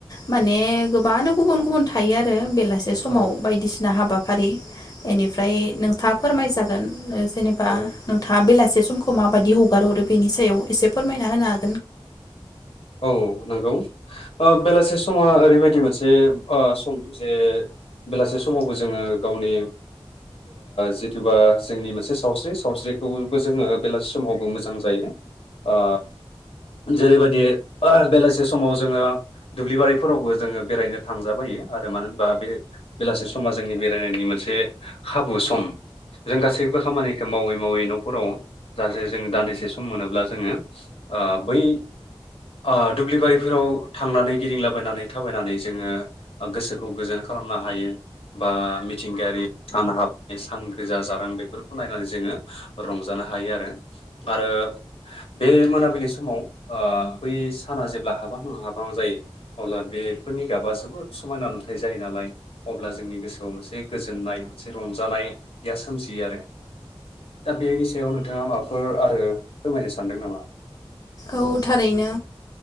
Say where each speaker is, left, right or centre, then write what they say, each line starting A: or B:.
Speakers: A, on the left (about 40°); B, on the left (about 75°).
A: माने गोबाङानो गुबुन गुबुन थायो आरो बेलासे समाव
B: औ
A: बायदिसिना हाबा हाबाफारि बेनिफ्राय नोंथाङा फोरमायजागोन। जेनेबा
B: औ
A: नोंथाङा बेलासे समखौ माबायदि हगार हरो बेनि सायाव एसे फोरमायना होनो हा
B: औ नंगौ। ओ बेलासे समा ओरैबायदि मोनसे ओ सम जे बेलासे समावबो जोङो गावनि जिथुबा जोंनि मोनसे सावस्रि सावस्रिखौबो जोङो बेलासि समावबो मोजां जायो ओ जेरैबायदि ओ बेलासे समाव जोङो दुब्लि बारिफोरावबो जोङो बेरायनो थांजाबायो आरो मानो होनबा बे बेलासे समा जोंनि बेरायनायनि मोनसे खाबु सम जों गासैबो खामानिखौ मावै मावै न'फोराव जाहाथे जों दान्दिसे सम मोनोब्ला जोङो ओ बै ओ दुब्लिबारिफोराव थांनानै गिदिंलाबायनानै थाबायनानै जोङो गोसोखौ गोजोन खालामनो हायो बा मिथिंगायारि सान हाब सान गोजा जारां बेफोरखौ नायनानै जोङो रंजानो हायो आरो आरो बे मोनाबिलि समाव ओ बै साना जेब्ला हाबहां हाबहां जायो अब्ला बेफोरनि गाबा जोबोद समायना नुथाय जायो नालाय अब्ला जोंनि गोसोआव मोनसे गोजोननाय मोनसे रंजानाया सोमजियो आरो दा बेनि सायाव नोंथाङा माबाफोर आरो फोरमायनो सानदों नामा
A: औ थारैनो